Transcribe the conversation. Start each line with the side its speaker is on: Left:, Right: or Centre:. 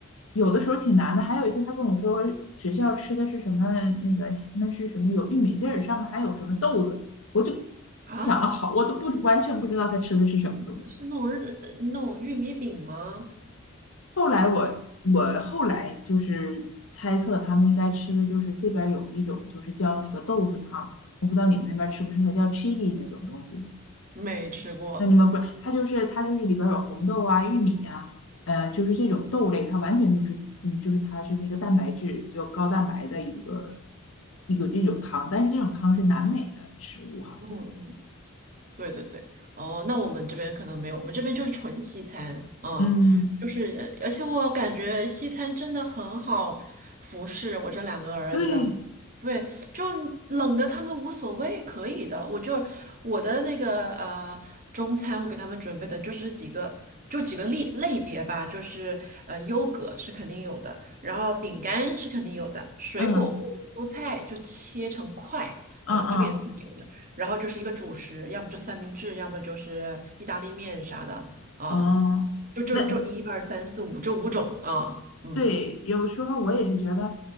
Left: 有的时候挺难的。还有一次他跟我说学校吃的是什么那个那是什么有玉米粒儿，上面还有什么豆子。我就想了好，
Right: 啊，
Left: 我都不完全不知道他吃的是什么东西。
Right: 是那种日那种玉米饼吗？
Left: 后来我我后来就是猜测他们应该吃的就是这边有一种就是叫那个豆子汤，我不知道你们那边吃不吃，它叫 chili 那种东西。
Right: 没吃过。
Left: 那你们不是，它就是它就是里边有红豆啊、玉米呀、呃，就是这种豆类，它完全就是嗯，就是它是那个蛋白质就高蛋白的一个一个一种汤，但是这种汤是南美的食物好像。
Right: 嗯嗯。对对对，哦，那我们这边可能没有，我们这边就是纯西餐，嗯，
Left: 嗯，
Right: 就是，而且我感觉西餐真的很好服侍我这两个儿子，
Left: 对，
Right: 对，就冷的他们无所谓，可以的，我就我的那个呃中餐，我给他们准备的就是几个。就几个类类别吧，就是呃，优格是肯定有的，然后饼干是肯定有的，水果或者蔬菜就切成块啊、
Left: 嗯嗯嗯。
Right: 这个也是肯定有的。然后就是一个主食，要么就三明治，要么就是意大利面啥的啊，
Left: 哦，
Right: 就就就一二三四五这五种啊，
Left: 那
Right: 嗯，
Left: 对，有时候我也是觉得，